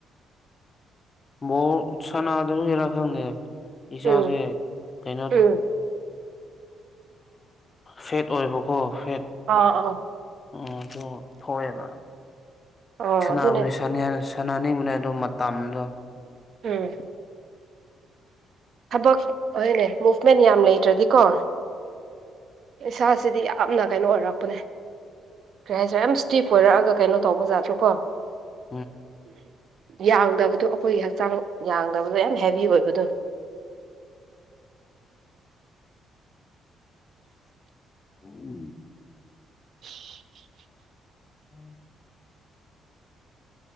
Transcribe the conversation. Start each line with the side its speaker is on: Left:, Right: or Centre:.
Left: ꯕꯣꯔ ꯁꯥꯟꯅꯗꯕꯒꯤꯔꯥ ꯈꯪꯗꯦ ꯏꯁꯥꯁꯦ
Right: ꯎꯝ
Left: ꯀꯩꯅꯣ
Right: ꯎꯝ
Left: ꯐꯦꯠ ꯑꯣꯏꯕꯀꯣ ꯐꯦꯠ
Right: ꯑꯥ ꯑꯥ
Left: ꯎ ꯑꯗꯨ ꯊꯣꯛꯑꯦꯕ
Right: ꯑꯥ
Left: ꯁꯅꯥꯕꯨꯅꯤ
Right: ꯑꯗꯨꯅꯦ
Left: ꯁꯅꯥꯅꯤꯕꯨꯅ ꯑꯗꯨ ꯃꯇꯝꯗꯣ
Right: ꯎꯝ ꯊꯕꯛ ꯍꯣꯏꯅꯦ ꯃꯨꯚꯃꯦꯟ ꯌꯥꯝ ꯂꯩꯇ꯭ꯔꯗꯤꯀꯣ ꯏꯁꯥꯁꯤꯗꯤ ꯌꯥꯝꯅ ꯀꯩꯅꯣ ꯑꯣꯏꯔꯛꯄꯅꯦ ꯀꯩ ꯍꯥꯏꯁꯔꯦ ꯌꯥꯝ ꯏꯁꯇꯤꯐ ꯑꯣꯏꯔꯛꯑꯒ ꯀꯩꯅꯣ ꯇꯧꯕꯖꯥꯗ꯭ꯔꯦꯀꯣ
Left: ꯍꯣꯏ
Right: ꯌꯥꯡꯗꯕꯗꯣ ꯑꯩꯈꯣꯏꯒꯤ ꯍꯛꯆꯥꯡ ꯌꯥꯡꯗꯕꯗꯣ ꯌꯥꯝ ꯍꯦꯚ ꯑꯣꯏꯕꯗꯣ ꯑ
Left: ꯎꯝ
Right: <unintelligible>
Left: ꯑ